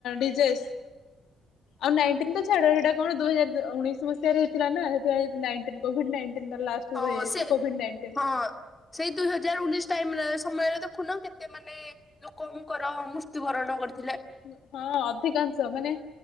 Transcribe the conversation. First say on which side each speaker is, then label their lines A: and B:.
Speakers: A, on the left; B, on the left.
A: ଡିଯେସ୍।
B: ହ
A: ଆଉ ନାଇଟିନ୍ ତ ଛାଡ ସେଇଟା କଣ ଦୁଇ ହଜାର ଦ ଉଣେଇଶ ମସିହାରେ ହେଇଥିଲା ନା ହେଥିପାଇଁ ନାଇଟିନ୍ କୋଭିଡ ନାଇଟିନ୍ ତାର ଲାଷ୍ଟ। କୁ
B: ତ
A: ରହିଯାଇଛି
B: ସେ
A: କୋଭିଡ ନାଇଣ୍ଟିନ।
B: ହଁ। ସେଇ ଦୁଇ ହଜାର ଉଣେଇଶ ଟାଇମ୍ ରେ ସମୟରେ ଦେଖୁନ କେତେ ମାନେ। ଲୋକଙ୍କର ମୃତ୍ୟୁବରଣ କରିଥିଲେ
A: ହୁଁ ହଁ ଅଧିକାଂଶ ମାନେ।